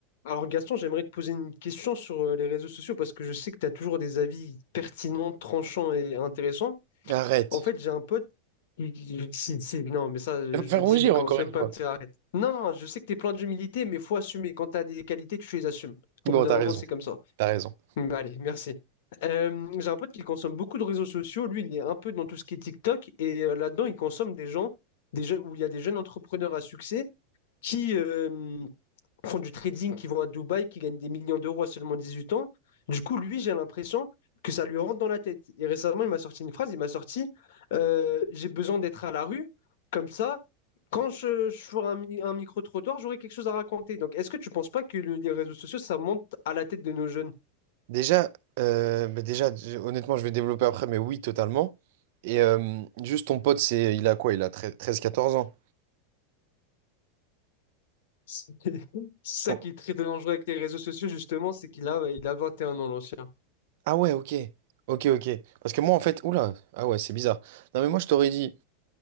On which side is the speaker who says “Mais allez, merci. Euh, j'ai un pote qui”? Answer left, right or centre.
Left